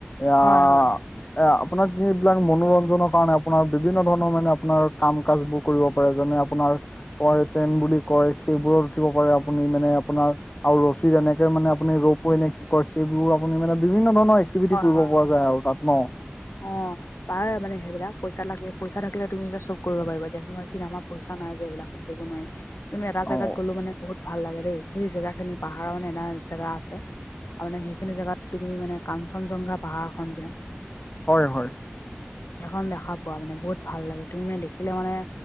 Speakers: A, on the left; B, on the left.
A: এয়া
B: হয় হয়
A: এয়া আপোনাৰ কি এইবিলাক মনোৰঞ্জনৰ কাৰণে আপোনাৰ বিভিন্ন ধৰণৰ মানে আপোনাৰ কাম কাজ বোৰ কৰিব পাৰে যেনে আপোনাৰ কয় ট্ৰেন বুলি কয় সেইবোৰত উঠিব পাৰে আপুনি মানে আপোনাৰ আৰু ৰচ যেনেকে মানে আপুনি ৰপই নে কি কৰে সেইবোৰ আপুনি মানে বিভিন্ন ধৰণৰ এক্টিভিটি
B: হয়
A: কৰিব
B: হয়
A: পৰা
B: হয়
A: যায় আৰু তাত ন।
B: অ' পাৰে মানে সেইবিলাক পইচা লাগে পইচা থাকিলে তুমি যে চব কৰিব পাৰিবা দিয়াচোন কিন্তু আমাৰ পইছা নাই যে এইবিলাকত কৰিব নোৱাৰে। কিন্তু এটা
A: অ
B: জেগাত গ'লো মানে বহুত ভাল লাগে দেই সেই জেগা খিনি পাহাৰৰ মানে এটা জেগা আছে। আৰু মানে সেইখিনি জেগাত তুমি মানে কাঞ্চনজংঘা পাহাৰখন যেন।
A: হয় হয়।
B: সেইখন দেখা পোৱা মানে বহুত ভাল লাগে তুমি মানে দেখিলে মানে।